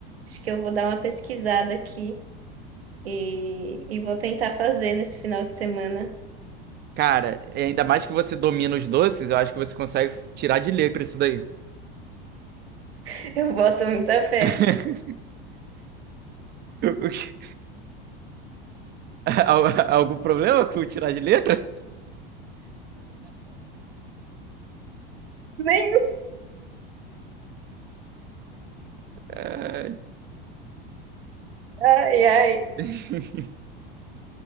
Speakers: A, on the right; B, on the right.
A: Acho que eu vou dar uma pesquisada aqui e, e vou tentar fazer nesse final de semana.
B: Cara, e ainda mais que você domina os doces, eu acho que você consegue tirar de letra isso daí.
A: <laughs> Eu boto muita fé,
B: <laughs>
A: pô.
B: O que- Al- Algum problema com tirar de letra?
A: Nem-
B: Ah,
A: Ai, ai.
B: <laughs>